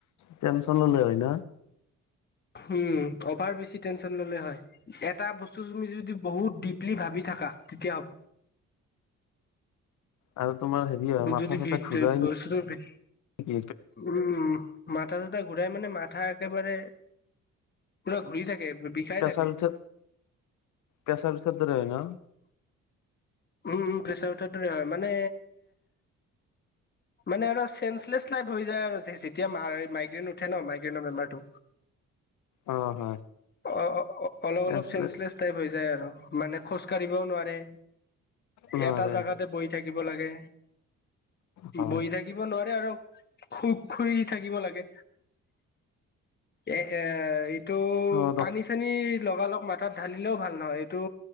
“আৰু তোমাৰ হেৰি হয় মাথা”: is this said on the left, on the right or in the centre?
Left